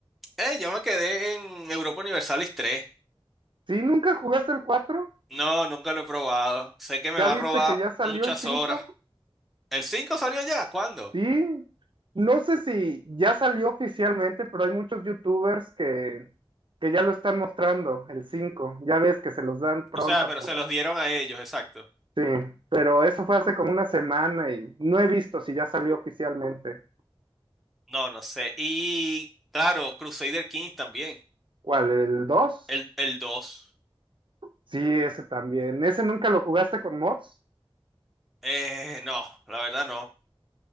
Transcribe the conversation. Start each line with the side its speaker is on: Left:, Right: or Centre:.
Centre: Eh, yo me quedé en Europa Universalis 3.
Right: ¿Sí nunca jugaste el cuatro
Centre: No, nunca lo he probado. Sé que me
Right: ¿Ya
Centre: va
Right: viste
Centre: a robar
Right: que ya salió
Centre: muchas
Right: el cinco,
Centre: horas. ¿El cinco salió ya? ¿Cuándo?
Right: Sí. No sé si ya salió oficialmente, pero hay muchos youtubers que, que ya lo están mostrando, el 5. Ya ves que se los dan pronto
Centre: O sea, pero
Right: para...
Centre: se los dieron a ellos, exacto.
Right: Sí, pero eso fue hace como una semana y no he visto si ya salió oficialmente.
Centre: No, no sé. Y claro, Crusader Kings también.
Right: ¿Cuál? ¿El dos.
Centre: El, el dos.
Right: Sí, ese también. ¿Ese nunca lo jugaste con mods?
Centre: Eh, no, la verdad no.